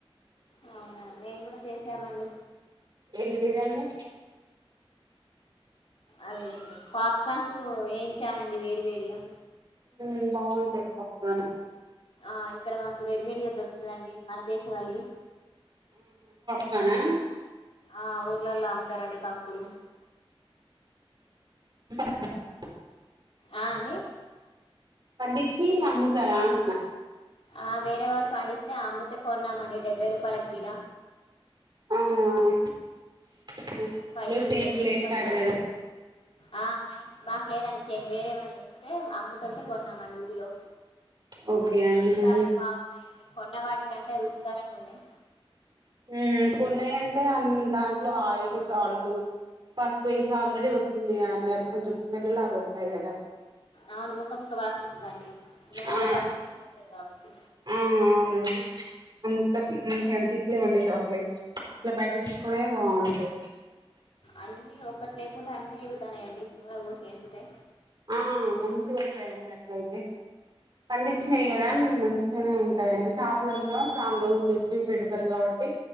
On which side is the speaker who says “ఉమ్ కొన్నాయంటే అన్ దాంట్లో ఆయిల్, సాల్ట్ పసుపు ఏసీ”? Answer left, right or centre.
Right